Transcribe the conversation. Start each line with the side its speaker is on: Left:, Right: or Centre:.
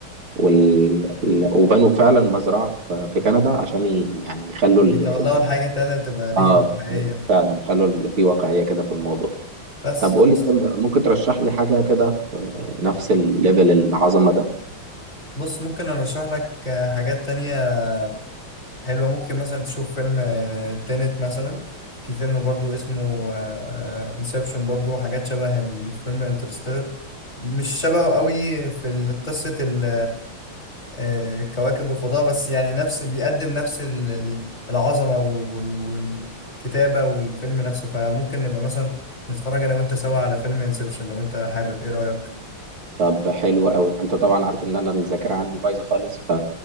Right: وال... ال- وبنوا فعلا مزرعة في في كندا عشان ي... يعني يخلوا
Left: بيتولوا
Right: ال... ال...
Left: الحاجة تالتة تبقى ريل
Right: اه
Left: حقيقية
Right: فعلا يخلوا ال... في واقعية كده في الموضوع
Left: بس
Right: طب
Left: خلاص
Right: قول لي طيب ممكن ترشح لي حاجة كده في نفس الليفل العظمة ده
Left: بص ممكن ارشح لك آه، حاجات تانية حلوة ممكن مثلا تشوف فيلم آه، تينت مثلا في فيلم برضو اسمه آه، آه، انسبشن برضو حاجات شبه الفيلم انترستيلر مش شبهه قوي في ال- قصة ال- آه، الكواكب والفضاء بس يعني نفس بيقدم نفس ال- ال- العظمة وال- وال- والكتابة والفيلم نفسه فممكن نبقى مثلا نتفرج أنا وأنت سوا على فيلم انسبشن لو أنت حابب إيه رأيك؟
Right: طب حلو قوي انت طبعا عارف ان انا الذاكرة عندي بايظة خالص ف...